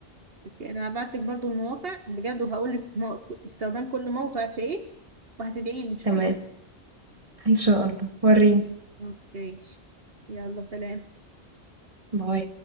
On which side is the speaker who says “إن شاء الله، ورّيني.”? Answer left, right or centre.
Right